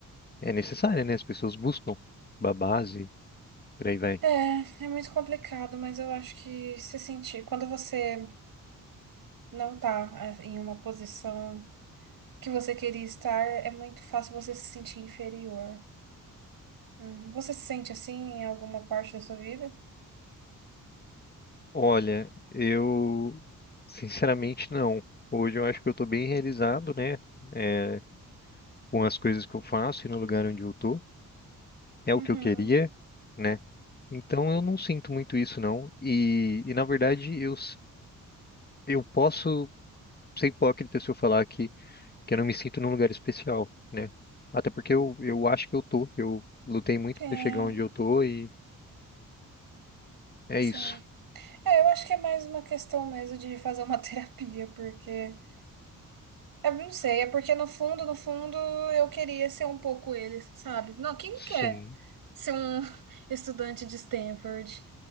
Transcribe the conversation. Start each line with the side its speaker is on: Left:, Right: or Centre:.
Left: é necessária, né? As pessoas buscam babás e por aí vai.
Right: É. É, é muito complicado, mas eu acho que se sentir, quando você não tá ah, em uma posição que você queria estar, é muito fácil você se sentir inferior. Uhum. Você se sente assim em alguma parte da sua vida?
Left: Olha, eu sinceramente não. Hoje eu acho que eu estou bem realizado, né? É, com as coisas que eu faço e no lugar onde eu tô. É
Right: Uhum.
Left: o que eu queria, né? Então eu não sinto muito isso, não. E, e na verdade eu, Eu posso ser hipócrita se eu falar que, que eu não me sinto num lugar especial, né? Até porque eu, eu acho que eu tô. Eu lutei muito
Right: Sim,
Left: pra chegar onde eu tô e é
Right: sim.
Left: isso.
Right: É, eu acho que é mais uma questão mesmo de fazer uma <laughs> terapia, porque. Eu não sei, é porque no fundo, no fundo, eu queria ser um pouco eles, sabe? Não, quem não
Left: Sim,
Right: quer ser um <laughs> estudante de Stanford,